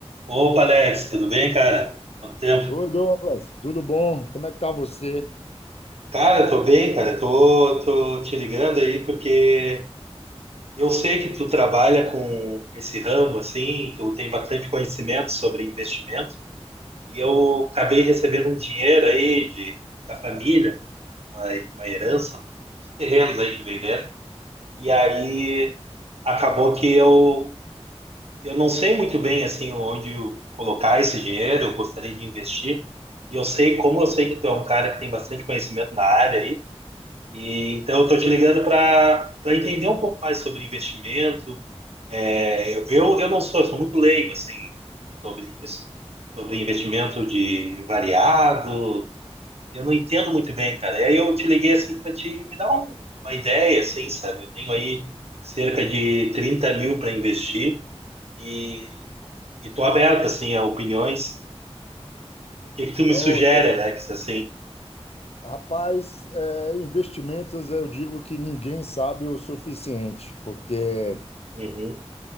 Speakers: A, on the right; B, on the left.
A: Opa, Alex, tudo bem, cara? Quanto tempo?
B: Oi, Douglas, tudo bom? Como é que tá você?
A: Cara, tô bem, cara. Tô, tô te ligando aí porque eu sei que tu trabalha com esse ramo, assim, tu tem bastante conhecimento sobre investimento e eu acabei recebendo um dinheiro aí de, da família, uma, uma herança, uns terrenos aí que venderam. E aí acabou que eu Eu não sei muito bem assim onde eu colocar esse dinheiro, eu gostaria de investir. E eu sei, como eu sei que tu é um cara que tem bastante conhecimento na área aí, e então eu estou te ligando para para entender um pouco mais sobre investimento. É, eu, eu eu não sou, eu sou muito leigo assim sobre isso, sobre investimento de variado. Eu não entendo muito bem, cara. E aí eu te liguei assim para te me dar um- uma ideia, assim, sabe? Eu tenho aí cerca de 30 mil para investir. E, e tô aberto, assim, a opiniões. O que que tu me
B: Ô,
A: sugere, Alex, assim?
B: rapaz, é, investimentos eu digo que ninguém sabe o suficiente, porque
A: Uhum.